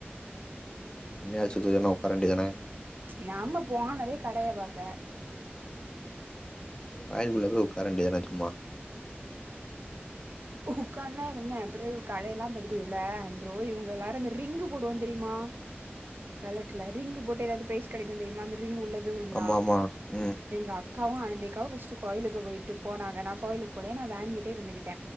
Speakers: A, on the left (about 20°); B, on the right (about 55°).
A: மண்ணி ஆச்சுதுன்னு ஒக்கார வேண்டிதான
B: நம்ம போனதே கடைய பாக்க
A: கோயிலுக்குள்ள போய் உக்கார வேண்டிய தான சும்மா
B: உக்காந்தா இருந்த அப்புறோ கடையெல்லா பாத்துட்டு இல்ல அ ப்ரோ இவங்க எல்லாரும் இந்த ரிங்கு போடுவோ தெரிமா வெளாட்டுல ரிங்க்கு போட்டு ஏதாது ப்ரைஸ் கெடைக்கு தெரிமா அந்த ரிங் உள்ள போய் உழுந்தா
A: ஆமா ஆமா ம்
B: எங்க அக்காவு அனந்தி அக்காவு ஃபஸ்ட்டு கோயிலுக்கு போய்ட்டு போனாங்க நா கோயிலுக்கு போலயா நா வேன்கிட்டயே இருந்துகிட்ட